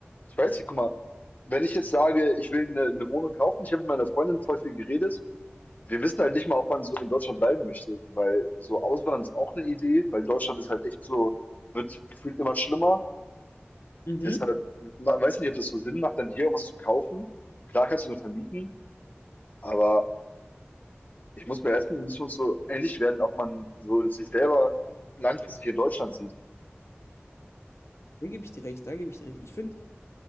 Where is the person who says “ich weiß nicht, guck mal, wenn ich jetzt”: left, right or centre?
Left